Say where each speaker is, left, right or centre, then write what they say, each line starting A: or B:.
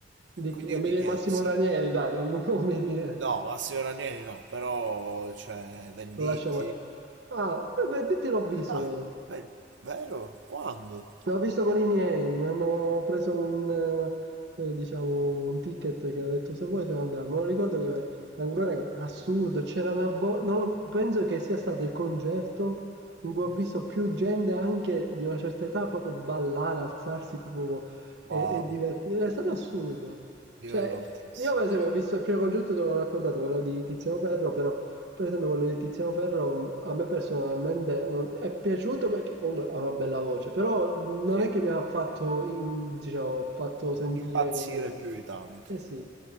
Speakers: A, on the right; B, on the right.
A: Di
B: Quindi
A: chi? Non
B: io
A: mi
B: ti
A: dire
B: chiedo
A: Massimo
B: se...
A: Ranieri, dai, non, <laughs> non mi dire.
B: No, Massimo Ranieri no, però c'è Venditti.
A: Lo lasciamo. Ah, eh beh, ti l'ho visto.
B: Dai, beh, vero? Quando?
A: L'ho visto con i miei, mi hanno preso un, eh, eh, diciamo, un ticket che ha detto se vuoi ce lo andiamo. Ma lo ricordo che ancora che assurdo, c'era una bo- non lo- penso che sia stato il concerto in cui
B: Mhm.
A: ho visto più gente anche di una certa età proprio ballare, alzarsi proprio
B: Wow,
A: e, e divertirsi. È stato assurdo.
B: livello
A: Cioè,
B: altissimo.
A: io per esempio ho visto il primo concerto, te l'ho raccontato, quello di Tiziano Ferro, però per esempio quello di Tiziano Ferro a me personalmente non- è piaciuto perché comunque ha una bella voce, però non
B: Sì,
A: è che mi ha fatto, in- diciamo, fatto sentire
B: impazzire
A: come dire.
B: più di tanto.
A: Eh sì.